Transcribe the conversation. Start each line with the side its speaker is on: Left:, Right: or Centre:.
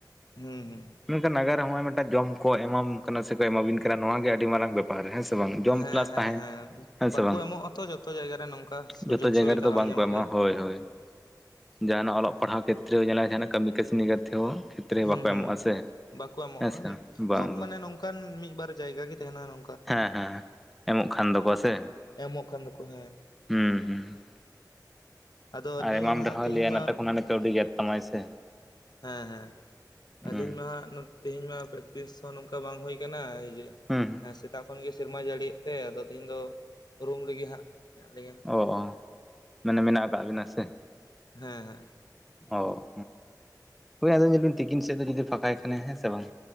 Left: ᱦᱩᱸ ᱦᱩᱸ᱾
Centre: ᱢᱮᱱᱠᱷᱟᱱ ᱱᱟᱜᱟᱨ ᱨᱮ ᱦᱚᱸᱜ-ᱚᱭ ᱢᱤᱫᱴᱟᱝ ᱡᱚᱢ ᱠᱚ ᱮᱢᱟᱢ ᱠᱟᱱᱟ ᱥᱮ ᱠᱚ ᱮᱢᱟᱵᱤᱱ ᱠᱟᱱᱟ ᱱᱚᱣᱟ ᱜᱮ ᱟᱹᱰᱤ ᱢᱟᱨᱟᱝ ᱵᱮᱯᱼᱼ ᱟᱨ ᱦᱮᱸ ᱥᱮ ᱵᱟᱝ ᱡᱚᱢ
Left: ᱦᱮᱸ
Centre: ᱯᱞᱟᱥ
Left: ᱦᱮᱸ
Centre: ᱛᱟᱦᱮᱸ᱾
Left: ᱦᱮᱸ
Centre: ᱦᱮᱸ
Left: ᱵᱟᱠᱚ
Centre: ᱥᱮ ᱵᱟᱝ
Left: ᱮᱢᱚᱜ ᱟᱛᱚ ᱡᱚᱛᱚ ᱡᱟᱭᱜᱟ ᱨᱮ ᱱᱚᱝᱠᱟ ᱥᱩᱡᱳᱜᱽ
Centre: ᱡᱚᱛᱚ ᱡᱟᱭᱜᱟ
Left: ᱥᱩᱵᱤᱫᱷᱟ
Centre: ᱨᱮᱫᱚ
Left: ᱵᱟᱝ
Centre: ᱵᱟᱝᱠᱚ
Left: ᱧᱟᱢᱚᱜ
Centre: ᱮᱢᱚᱜᱼᱟ
Left: ᱜᱮᱭᱟ᱾
Centre: ᱦᱳᱭ ᱦᱳᱭ, ᱡᱟᱦᱟᱱᱟᱜ ᱚᱞᱚᱜ ᱯᱟᱲᱦᱟᱣ ᱠᱷᱮᱛᱨᱮ ᱦᱚᱸ ᱧᱮᱞᱚᱜ ᱟᱭᱠᱷᱟᱱ ᱠᱟᱹᱢᱤ ᱠᱟᱹᱥᱱᱤ ᱠᱟᱛᱮ ᱦᱚᱸ ᱠᱷᱮᱛᱨᱮ
Left: ᱦᱩᱸ
Centre: ᱵᱟᱠᱚ
Left: ᱦᱩᱸ
Centre: ᱮᱢᱚᱜᱼᱟ ᱥᱮ
Left: ᱵᱟᱠᱚ ᱮᱢᱚᱜᱼᱟ
Centre: ᱦᱮᱸ ᱥᱮ ᱵᱟᱝ
Left: ᱠᱷᱩᱵ
Centre: ᱵᱟᱝ
Left: ᱢᱟᱱᱮ ᱱᱚᱝᱠᱟᱱ ᱢᱤᱫ ᱵᱟᱨ ᱡᱟᱭᱜᱟ ᱜᱮ ᱛᱟᱦᱮᱱᱟ ᱱᱚᱼᱼ
Centre: ᱦᱮᱸ ᱦᱮᱸ ᱮᱢᱚᱜ ᱠᱷᱟᱱ ᱫᱚᱠᱚ ᱥᱮ᱾
Left: ᱮᱢᱚᱜ ᱠᱷᱟᱱ ᱫᱚᱠᱚ ᱦᱮᱸ᱾
Centre: ᱦᱩᱸ ᱦᱩᱸ ᱦᱩᱸ ᱾
Left: ᱟᱫᱚ ᱟᱹᱞᱤᱧ
Centre: ᱟᱭᱢᱟᱢ
Left: ᱢᱟ ᱦᱟᱸᱜ
Centre: ᱰᱟᱦᱟᱣ
Left: ᱛᱮᱦᱮᱧ
Centre: ᱞᱮᱭᱟ
Left: ᱢᱟ
Centre: ᱱᱟᱛᱮ ᱠᱷᱚᱱ ᱦᱟᱱᱮ ᱠᱟᱹᱣᱰᱤ ᱜᱮᱛ ᱛᱟᱢᱟᱭ ᱥᱮ᱾
Left: ᱦᱮᱸ ᱦᱮᱸ ᱟᱹᱞᱤᱧ
Centre: ᱦᱩᱸ
Left: ᱢᱟ ᱱᱩᱜ ᱛᱮᱦᱮᱧ ᱢᱟ ᱯᱮᱠᱴᱤᱥ ᱦᱚᱸ ᱱᱚᱝᱠᱟ ᱵᱟᱝ ᱦᱩᱭ ᱟᱠᱟᱱᱟ ᱡᱮ
Centre: ᱦᱩᱸ ᱦᱩᱸ
Left: ᱥᱮᱛᱟᱜ ᱠᱷᱚᱱ ᱜᱮ ᱥᱮᱨᱢᱟᱭ ᱡᱟᱹᱲᱤᱭᱮᱫ ᱛᱮ ᱟᱫᱚ ᱛᱮᱦᱤᱧ ᱫᱚ ᱨᱩᱢ ᱨᱮᱜᱮ ᱦᱟᱸᱜ᱾ ᱢᱮᱱᱟᱜ ᱞᱤᱧᱟᱹ
Centre: ᱚ, ᱚ ᱢᱟᱱᱮ ᱢᱮᱱᱟᱜ ᱟᱠᱟᱜ ᱵᱤᱱᱟ ᱥᱮ᱾
Left: ᱦᱮᱸ ᱦᱮᱸ
Centre: ᱚ, ᱦᱳᱭ ᱟᱫᱚ ᱧᱮᱞ ᱵᱤᱱ ᱛᱤᱠᱤᱱ ᱥᱮᱫ ᱫᱚ ᱡᱩᱫᱤ ᱯᱷᱟᱸᱠᱟᱭ ᱠᱷᱟᱱᱮ ᱦᱮᱸ ᱥᱮ ᱵᱟᱝ?